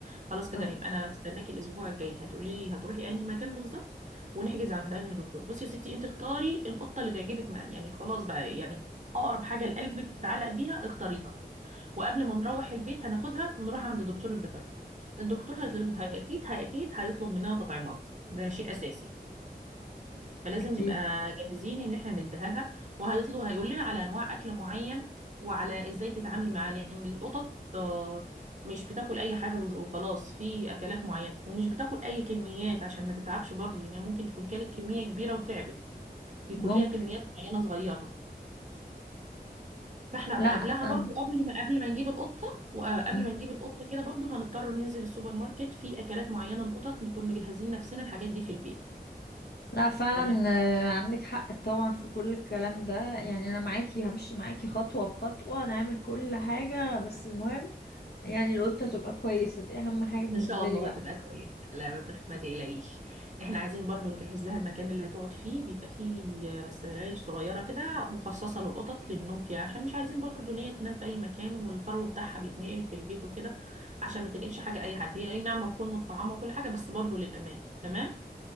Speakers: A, on the right (about 45°); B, on the left (about 75°).
A: خلاص كده
B: اه
A: يبقى انا هستناكي الاسبوع الجاي هتقولي لي هتروحي انهي مكان بالظبط ونحجز عند انهي دكتور بصي يا ستي انت اختاري القطة اللي تعجبك ما يعني خلاص بقى يعني اقرب حاجة لقلبك تتعلق بيها اختاريها وقبل ما نروح البيت هناخدها ونروح عند دكتور البيطري الدكتور هيطلب هي- اكيد هي- اكيد هيطلب مننا تطعيمات ده شيء اساسي فلازم
B: اكيد
A: نبقى جاهزين ان احنا نديها لها وهيطلب هيقول لنا على انواع اكل معين وعلى ازاي تتعامل معاه لان القطط آه، مش بتاكل اي حاجه وز- وخلاص في اكلات معينه ومش بتاكل اي كميات عشان ما تتعبش برضه لان ممكن تكون كانت كميه كبيره وتعبت بيكون
B: ممكن
A: ليها كميات معينه صغيره فاحنا
B: لا
A: بقى قبلها
B: آه،
A: برضو قبل ما قبل ما نجيب القطه وقبل
B: م.
A: ما نجيب القطه كده برضو هنضطر ننزل السوبر ماركت في اكلات معينه للقطط نكون مجهزين نفسنا الحاجات دي في البيت
B: لا فعلا
A: تمام.
B: آه، عندك حق طبعا في كل الكلام ده يعني انا معاكي همشي معاكي خطوه بخطوه نعمل كل حاجه بس المهم يعني القطه تبقى كويسه دي اهم حاجه بالنسبه
A: ان شاء الله
B: لي بقى
A: هتبقى كويس لا ما تخ- ما تقلقيش احنا عايزين برضو نجهز لها المكان اللي هتقعد فيه بيبقى فيه آه، سراير صغيره كده مخصصه للقطط للنوم فيها عشان مش عايزين برضو ان هي تنام في اي مكان والفرو بتاعها بيتنقل في البيت وكده عشان ما تنقلش حاجه اي حد هي اي نعم هتكون متطعمه وكل حاجه بس برضو للامان تمام